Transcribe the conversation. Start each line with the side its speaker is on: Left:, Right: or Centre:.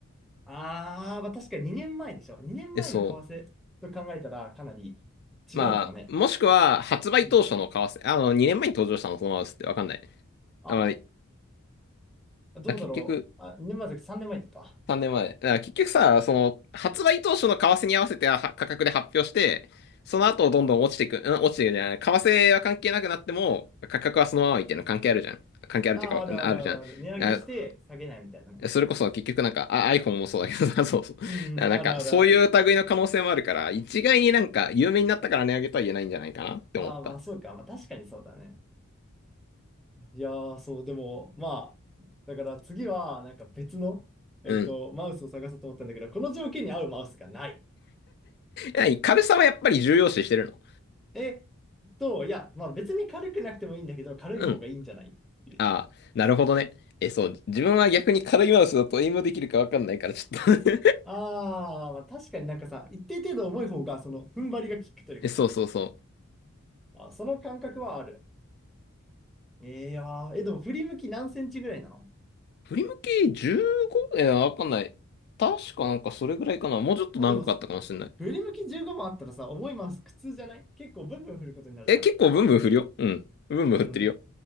Centre: ああ、まあ確かに2年前でしょ。2年前の為替と考えたらかなり違うかもね。
Left: え、そう。まあ、もしくは、発売当初の為替、
Centre: うん。
Left: あの、2年前に登場したのそのままですってわかんない。
Centre: あ、
Left: あ、まあ、
Centre: どうだろう。
Left: あ結局、
Centre: あ、2年前じゃなくて3年前か。
Left: 3年前。だから結局さ、その、発売当初の為替に合わせては価格で発表して、その後どんどん落ちていく、うん、落ちていくじゃない。為替は関係なくなっても、価格はそのままいっていうの関係あるじゃん。関係あるっていうか、
Centre: ああ、あるあるあるある。
Left: あるじゃん。
Centre: 値上げして下げないみたいなね。
Left: あそれこそ結局なんか、あ、iPhone もそうだけどさ、<laughs> そうそう。だからなんか、
Centre: うんうん、あるあるある。
Left: そういう類の可能性もあるから、一概になんか、有名になったから値上げとは言えないんじゃないかなって思った。
Centre: ああ、まあそうか。まあ確かにそうだね。いやー、そう、でも、まあ、だから次はなんか別の、
Left: うん。
Centre: えっと、マウスを探そうと思ったんだけど、この条件に合うマウスがない。
Left: え、や軽さはやっぱり重要視してるの。
Centre: えっと、いや、まあ別に軽くなくてもいいんだけど、軽い方がいいんじゃないっていう
Left: うん。ああ、なるほどね。え、そう、自分は逆に軽いマウスだとエイムできるかわかんないから、ちょっと <laughs>
Centre: ああ、まあ、確かになんかさ、一定程度重い方が、その、踏ん張りが効くというかね。
Left: え、そうそうそう。
Centre: あー、その感覚はある。えー、いやーえ、でも振り向き何センチぐらいなの
Left: 振り向き 15? え、わかんない。確かなんかそれぐらいかな。もうちょっと長かったかもしれない。
Centre: あ、でも、振り向き15番あったらさ、重いマウス苦痛じゃない結構ブンブン振ることになるじゃん。
Left: え、結構ブンブン振るよ。うん。ブンブン振ってるよ。
Centre: うん。